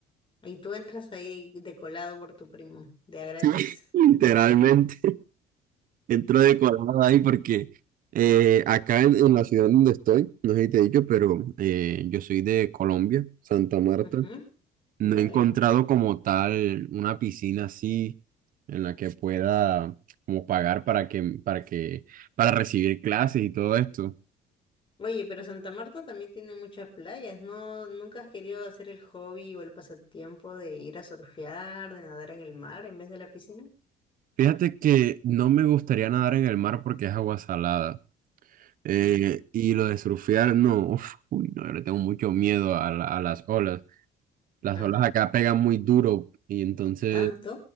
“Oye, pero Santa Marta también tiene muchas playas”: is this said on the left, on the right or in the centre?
Left